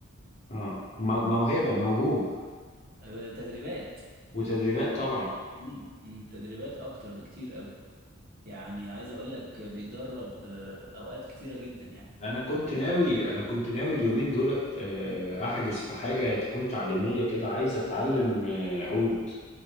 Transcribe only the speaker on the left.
اه آه. مو- موهبة موهوب
وتدريبات طبعا
أنا كنت ناوي أنا كنت ناوي اليومين دولت آه، أحجز في حاجة تكون تعليمية كده عايز أتعلم آه، عود